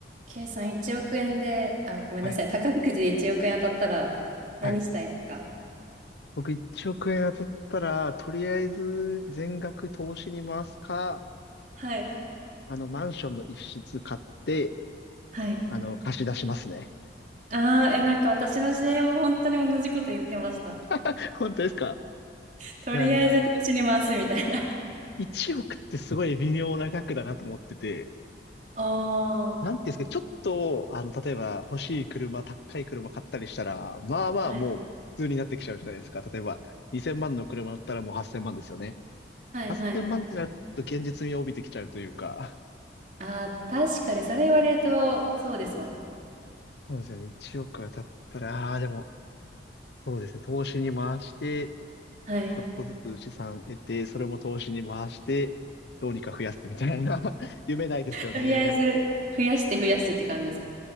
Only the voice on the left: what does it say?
はい。
はい。僕1億円当たったら、とりあえず全額投資に回すか、
あの、マンションの一室買って、
あの、貸し出しますね。
<laughs> 本当ですか
いや、なんか、1億ってすごい微妙な額だなと思ってて、
なんていうんですか、ちょっと、あの、例えば欲しい車、高い車買ったりしたら、まあまあもう普通になってきちゃうじゃないですか。
例えば、2000万の車乗ったらもう8000万ですよね。
8000万ってなると、
ちょっと現実味を帯びてきちゃうというか、
そうですよね。1億当たったら、ああ、でも、そうですね。投資に回して、
ちょっとずつ資産得て、それも投資に回して、どうにか増やすみたいな <laughs> 夢ないですよね。